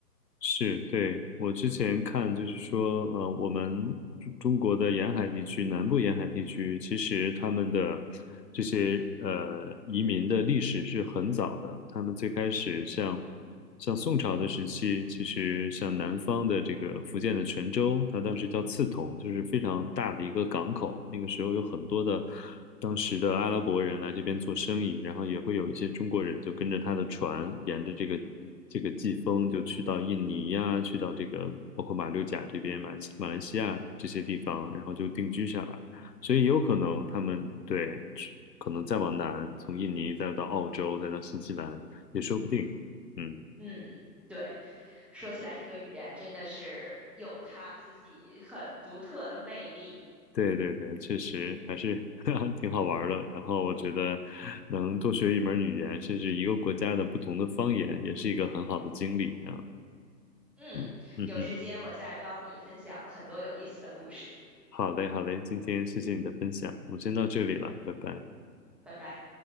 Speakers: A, on the left (about 75°); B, in the centre.
A: 是，对，我之前看就是说，呃，我们中中国的沿海地区，南部沿海地区，其实他们的这些呃移民的历史是很早的。他们最开始像像宋朝的时期，其实像南方的这个福建的泉州，它当时叫刺桐，就是非常大的一个港口。那个时候有很多的当时的阿拉伯人来这边做生意，然后也会有一些中国人就跟着他的船，沿着这个这个季风就去到印尼呀，去到这个包括马六甲这边、马马来西亚这些地方，然后就定居下来。所以也有可能他们对，可能再往南，从印尼再到澳洲，再到新西兰也说不定。嗯，
B: 嗯，对，说起来这个语言真的是有它自己很独特的魅力。
A: 对对对，确实还是 <laughs> 挺好玩儿的。然后我觉得能多学一门语言，甚至一个国家的不同的方言，也是一个很好的经历啊。
B: 嗯，
A: 嗯嗯哼，
B: 有时间我再帮你分享很多有意思的故事。
A: 好嘞好嘞，今天谢谢你的分享，我们先到这里了，拜拜。
B: 拜拜。